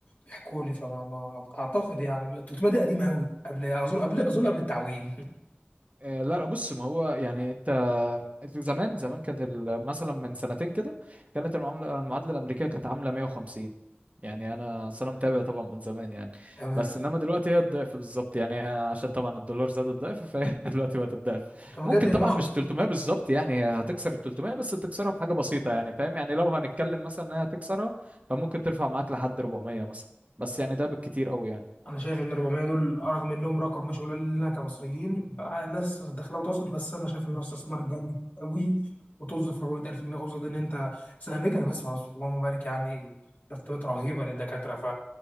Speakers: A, on the left; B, on the right.
A: ويحكوا لي فما ما اعتقد يعني 300 دي قديمه قوي قبل اظن قبل اظن قبل التعويم <laughs>
B: آه، لا لا بص ما هو يعني انت زمان زمان كانت ال- مثلا من سنتين كده كانت المعامله المعادله الامريكيه كانت عامله 150 يعني انا أصل انا متابع طبعا من زمان يعني
A: تمام
B: بس انما دلوقتي هي الضعف بالظبط يعني هي عشان طبعا الدولار زاد الضعف فهي <laughs> دلوقتي بقت الضعف
A: طب
B: ممكن
A: بجد
B: طبعا
A: 150
B: مش 300 بالظبط يعني هي هتكسر ال 300 بس تكسرها بحاجه بسيطه يعني فاهم يعني لو هنتكلم مثلا ان هي هتكسرها فممكن ترفع معاك لحد 400 مثلا بس يعني ده بالكتير قوي يعني
A: انا شايف ان 400 دول رغم انهم رقم مش قليل لنا كمصريين آه، ناس دخلها وتوصل بس انا شايف انه استثمار جامد قوي وطز في 400000 جنيه قصاد ان انت بس امريكا انا بسمع بس اللهم بارك يعني مرتبات رهيبه للدكاتره ف